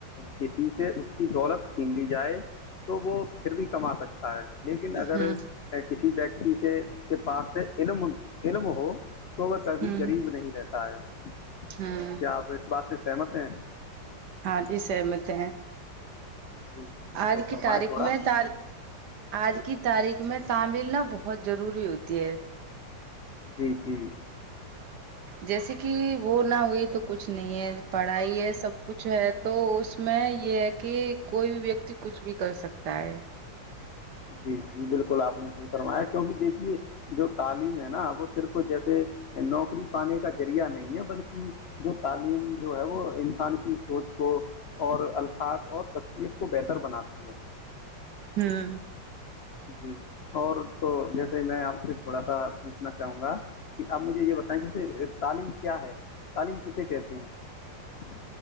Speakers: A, on the left; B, on the right.
A: کسی سے اس کی دولت چھین لی جائے تو وہ پھر بھی کما سکتا ہے لیکن اگر
B: ہوں
A: کسی دیک جیسے کے پاس سے علم علم ہو تو وہ کبھی
B: ہوں
A: غریب نہیں رہتا ہے
B: ہوں
A: کیا آپ اس بات سے سہمت ہیں
B: ہاں جی سہمت ہیں
A: جی جی
B: آج
A: تو
B: کی
A: فرمائیں
B: تاریخ
A: تھوڑا
B: میں ت آج کی تاریخ میں تعمل نہ بہت ضروری ہوتی ہے
A: جی جی
B: جیسے کہ وہ نہ ہوئی تو کچھ نہیں ہے پڑھائی ہے سب کچھ ہے تو اس میں یہ ہے کہ کوئی بھی ویکتی کچھ بھی کر سکتا ہے
A: جی جی بالکل آپ نے صحیح فرمایا کیونکہ دیکھیے جو تعلیم ہے نا وہ صرف جیسے نوکری پانے کا ذریعہ نہیں ہے بلکہ جو تعلیم جو ہے وہ انسان کی سوچ کو اور الخاق اور شخصیت کو بہتر بناتی ہے
B: ہوں
A: جی اور تو جیسے میں آپ سے تھوڑا سا پوچھنا چاہوں گا کہ آپ مجھے یہ بتائیں جیسے تعلیم کیا ہے تعلیم کسے کہتے ہیں